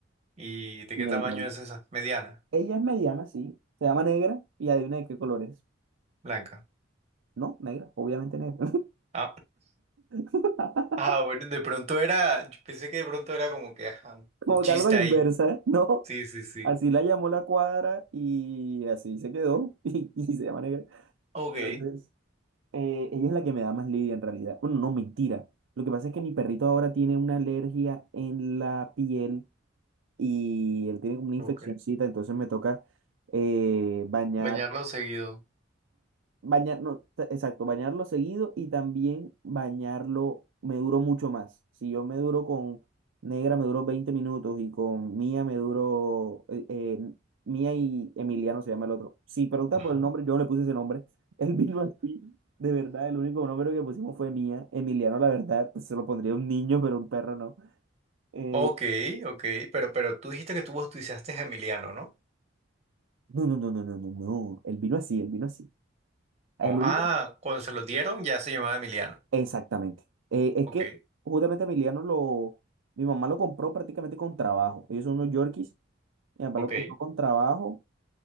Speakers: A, on the right; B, on the right.
A: ¿Y de
B: inevitable.
A: qué tamaño es esa? Mediana,
B: Ella es mediana, sí, se llama negra y adivina de qué color es.
A: blanca.
B: No, negra, obviamente negra.
A: Ah,
B: <laughs>
A: ah, bueno, de pronto era, yo pensé que de pronto era como que, ajá,
B: Como
A: un chiste
B: que algo a la
A: ahí.
B: inversa, ¿no?
A: Sí, sí, sí.
B: Así la llamó la cuadra y así se quedó <laughs> y, y se llama negra.
A: Ok,
B: Entonces, Eh, ella es la que me da más lidia en realidad. Bueno, no, mentira. Lo que pasa es que mi perrito ahora tiene una alergia en la piel y él tiene como una infeccioncita,
A: ok.
B: entonces me toca eh, bañar
A: Bañarlo seguido.
B: Bañarlo, ta- exacto, bañarlo seguido y también bañarlo, me duró mucho más. Si yo me duro con Negra, me duró 20 minutos y con Mía me duró, eh, eh, Mía y Emiliano se llama el otro. Si preguntas
A: Ajá.
B: por el nombre, yo no le puse ese nombre. <laughs> Él vino así, de verdad, el único nombre que pusimos fue Mía. Emiliano, la verdad, pues, se lo pondría a un niño, pero un perro no. Eh,
A: Ok, ok, pero, pero tú dijiste que tú bautizaste a Emiliano, ¿no?
B: no, no, no, no, no, no, no. Él vino así, él vino así.
A: Como,
B: el único
A: ah, cuando se lo dieron ya se llamaba Emiliano.
B: Exactamente. Eh, es
A: Ok,
B: que justamente Emiliano lo, mi mamá lo compró prácticamente con trabajo. Ellos son unos Yorkies. Mi papá
A: ok.
B: lo compró con trabajo